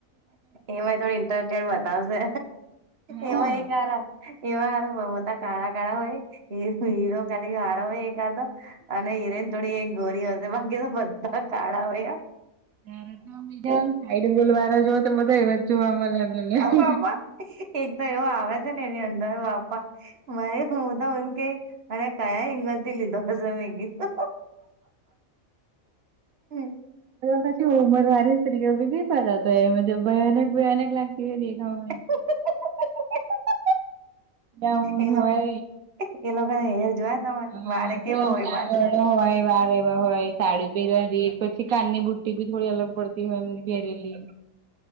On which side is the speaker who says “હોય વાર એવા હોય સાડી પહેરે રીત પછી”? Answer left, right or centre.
Right